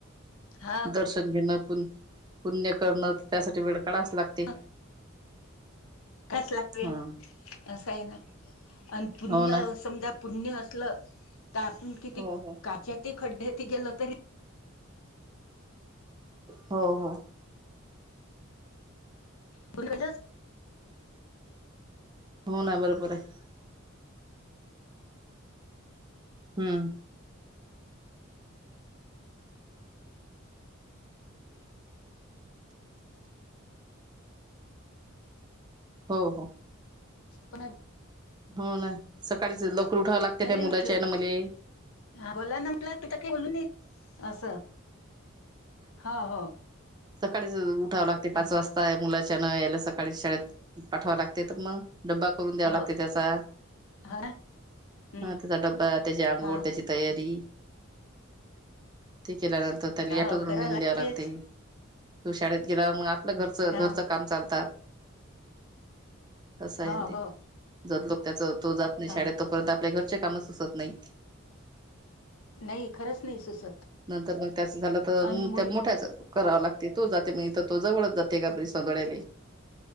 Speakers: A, on the left; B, on the right.
A: हा
B: दर्शन घेणं पु पुण्यं करणं त्यासाठीं वेळ काढावाच लागते
A: ह कस लागवे
B: हा
A: असं आहे ना <unintelligible> आणि पुण्यं
B: हो ना
A: समजां पुण्यं असं पुण्यं तर आपणं किती
B: हो हो
A: काच्यात खड्ड्यात गेलं तरी
B: हो हो.
A: पुल <inaudible> <unintelligible>
B: हो नां बरोबर आहे. हम्म, हो हो
A: पुन्हा <unintelligible>
B: हो नां सकाळीच लवकर उठावं लागते
A: झाले
B: नां मुलांच्या
A: म्हटलं
B: ना मुलें.
A: हा बोला नां तिथं बोलून नाहीं असं हो हो
B: सकाळीचं उठावं लागते
A: ह
B: पांच वाजता मुलांच्यान यांले सकाळीं शाळेंत पाठवावं लागते तरं मंग डब्बा करूंन द्यावा
A: हो
B: लागते त्यांचा.
A: हो ना हम्म
B: हा त्यांचा डब्बा त्यांची आंघोळ
A: हा
B: त्यांची तयारी ते केल्यानंतर त्यांला ऑटो
A: हो
B: वरून
A: करा
B: नेऊन
A: लागतेच
B: द्यावं लागते तो शाळेंत गेलावर मंग आता. आपल घरचं घरचं
A: हा
B: कामं चालतांत. तसं आहे
A: हो
B: ते
A: हो
B: जदंलोक त्याचं त्तो जातं नाहीं
A: हा
B: शाळेऊत तोंपर्यंत आपल्या घरंचे कामं सुचत. नाहीं.
A: नाहीं खरंच नाहीं सुचत.
B: नंतर मंग त्याचं झालं तरं
A: आणि मुल
B: त्यां मोठ्यांच करावा लागते तो जाते मंग तो जवळचं जाते का कॅबरेस चंतडली <unintelligible> <unintelligible>